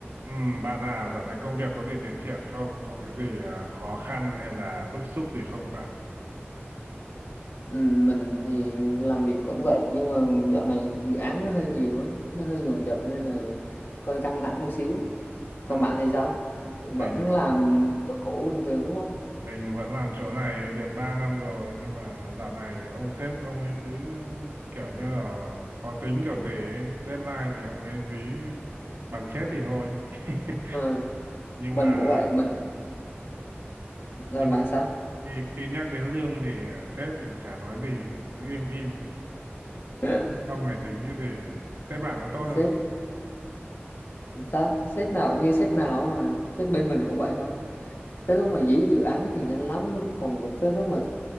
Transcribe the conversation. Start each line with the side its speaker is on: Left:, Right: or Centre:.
Right: Ừ, bạn à, dạo này công việc có gì tiến triển không? Có cái gì à, khó khăn hay là bức xúc gì không bạn?
Left: Ừ, mình thì làm việc vẫn vậy nhưng mà dạo này dự án nó hơi nhiều á nó hơi dồn dập nên là hơi căng thẳng một xíu còn
Right: À,
Left: bạn thì sao
Right: mình
Left: vẫn
Right: thì-
Left: làm chỗ cũ bình thường đúng không
Right: mình vẫn làm chỗ này được 3 năm rồi nhưng mà dạo này ông sếp ông ấy cứ kiểu như là khó tính kiểu gì ấy. Deadline thì ông ấy dí bằng chết thì thôi. <laughs>
Left: ừ,
Right: Nhưng
Left: mình
Right: mà
Left: cũng vậy mình
Right: ừ,
Left: là
Right: nhưng
Left: bạn
Right: mà
Left: sao
Right: khi, khi nhắc đến lương thì à, sếp cũng chả nói gì, cứ im im, chả
Left: <coughs>
Right: biết ông ấy tính cái gì. Sếp bạn có tốt
Left: <laughs>
Right: không?
Left: sếp sao sếp nào cũng như sếp nào mà sếp bên mình cũng vậy thôi tới lúc mà dí dự án thì nhanh lắm còn tới lúc mà